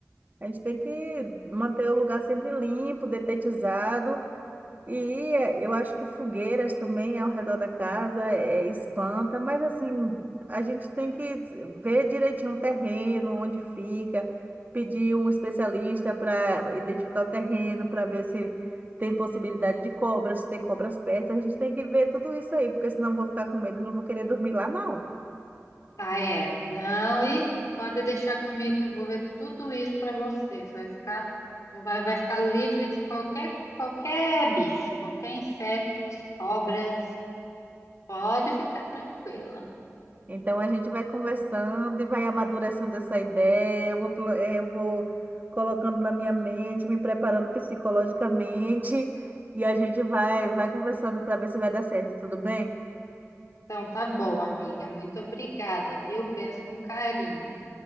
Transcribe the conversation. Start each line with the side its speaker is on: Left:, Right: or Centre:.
Right: A gente tem que manter o lugar sempre limpo, detetizado. E eu acho que fogueiras também ao redor da casa é, espanta, mas assim, a gente tem que ver direitinho o terreno, onde fica, pedir um especialista para identificar o terreno, para ver se tem possibilidade de cobras, se tem cobras perto. A gente tem que ver tudo isso aí, porque senão eu vou ficar com medo e não vou querer dormir lá, não.
Left: Ah, é. Não, e pode deixar comigo que eu vou ver tudo isso para você. Você vai ficar, não vai, vai ficar livre de qualquer qualquer bicho, qualquer insetos, cobras. Pode ficar tranquila.
Right: Então a gente vai conversando e vai amadurecendo essa ideia. Eu vou, pla- eh, eu vou colocando na minha mente, me preparando psicologicamente e a gente vai, vai conversando para ver se vai dar certo, tudo bem?
Left: Então tá bom, amiga. Muito obrigada, viu? Penso com carinho.